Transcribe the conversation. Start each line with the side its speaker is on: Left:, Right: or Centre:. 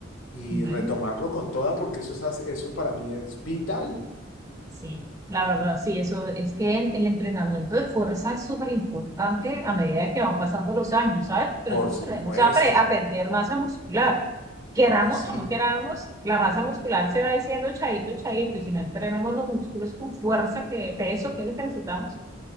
Left: y
Right: Ujú.
Left: retomarlo con toda, porque eso es, hace- eso para mí es vital.
Right: Sí, la verdad, sí, eso es que en- el entrenamiento de fuerza es súper importante a medida que van pasando los años, ¿sabes? Pero
Left: Por
Right: nosotros
Left: supuesto,
Right: tenemos a, pre- a perder masa muscular. Queramos
Left: eh, sí,
Right: o no queramos, la masa muscular se va diciendo chaito, chaito, y si no entrenamos los músculos con fuerza, que peso que necesitamos,